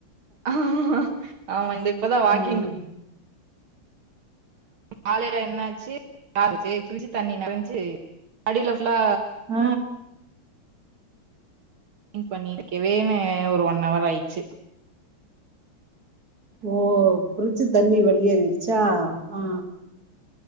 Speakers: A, on the right (about 75°); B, on the right (about 45°).
A: ஆ ஆமா இந்த இப்பதா வாக்கிங்
B: ஆமா
A: காலேல என்னாச்சு <unintelligible> ஃபிரிஞ்சு தண்ணி நெரஞ்சு அடில ஃபுல்லா
B: அ
A: க்ளின் பண்ணிர்கவே ஒரு ஒன் அவர் ஆய்ச்சு
B: ஓ ப்ரிச்சு தண்ணி வெளியேறிற்ச்சா ஆ